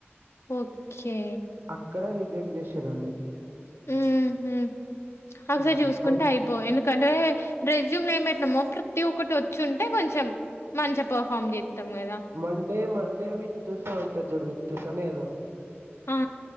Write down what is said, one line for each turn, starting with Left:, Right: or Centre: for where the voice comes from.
Left: ఓకే
Right: అక్కడ రిజెక్ట్ చేసిర్రాన్ని
Left: ఉమ్ హ్ ఒకసారి
Right: హ్మ్.
Left: చూసుకుంటే
Right: మళ్
Left: అయిపో ఎందుక్ కంటే రెజ్యూమ్ లో ఏం పెట్నమో ప్రతీ ఒక్కటి ఒచ్చుంటే కొంచెం మంచిగ పర్ఫార్మ్ చేత్తం కదా
Right: మండే మండే విత్తూసనుంటది చూడు విత్తూసనేదో
Left: ఆ